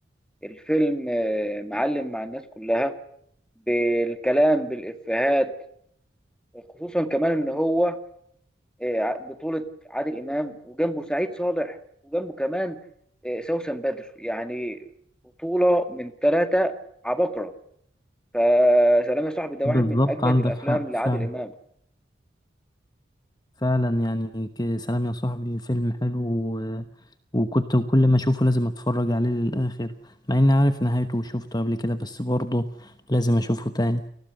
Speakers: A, in the centre; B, on the left (about 20°).
A: الفيلم آه، معلم مع الناس كلها بالكلام بالافيهات خصوصا كمان ان هو آه، ع- بطولة عادل امام وجنبه سعيد صالح وجنبه كمان آه، سوسن بدر يعني بطولة من ثلاثة عباقرة فسلام يا صاحبي ده
B: بالظبط
A: واحد من اجمد
B: عندك
A: الافلام
B: حق
A: لعادل
B: فعلا
A: امام
B: فعلا يعني ك- سلام يا صاحبي فيلم حلو و... وكنت كل ما أشوفه لازم أتفرج عليه للآخر مع إني عارف نهايته وشوفته قبل كده بس برضه لازم أشوفه تاني